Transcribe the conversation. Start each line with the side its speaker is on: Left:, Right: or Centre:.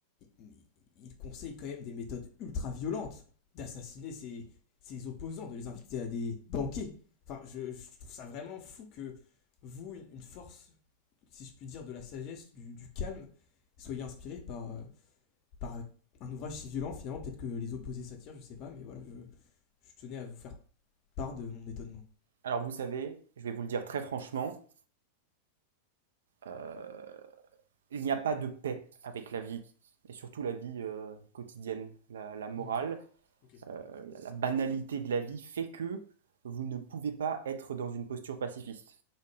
Left: Il, il conseille quand même des méthodes ultra violentes, d'assassiner ses, ses opposants, de les inviter à des banquets. Enfin, je, je trouve ça vraiment fou que vous, une, une force, si je puis dire, de la sagesse, du, du calme, soyez inspiré par, euh, par un ouvrage si violent finalement. Peut-être que les opposés s'attirent, je sais pas, mais voilà, je, je tenais à vous faire part de mon étonnement.
Right: Alors vous savez, je vais vous le dire très franchement, euh, il n'y a pas de paix avec la vie, et surtout la vie euh, quotidienne, la, la morale.
Left: Hmm, ok.
Right: euh, la banalité de la vie fait que vous ne pouvez pas être dans une posture pacifiste.